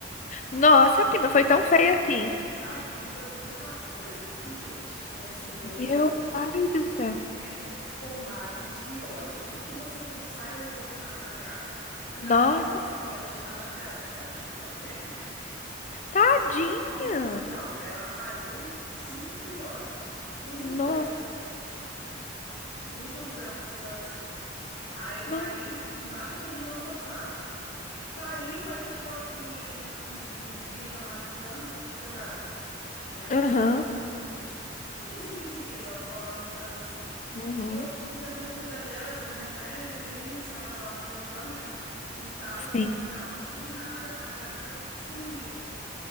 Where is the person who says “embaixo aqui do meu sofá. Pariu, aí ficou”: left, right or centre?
Left